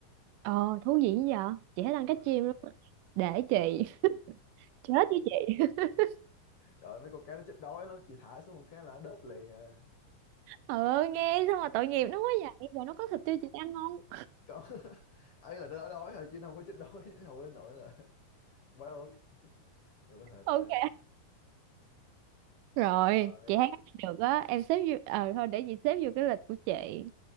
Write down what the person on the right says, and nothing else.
ờ, thú vị dữ vậy? Chị thích ăn
cá chim lắm. á. Để
chị.
<laughs> Chết với chị. <laughs>
Ờ, nghe sao mà tội nghiệp nó quá vậy? Rồi nó có thịt tiêu chị ăn không?
Ok.
Rồi,
chị thấy cách này được á. Em xếp vô... Ờ, thôi để chị xếp vô cái lịch của chị.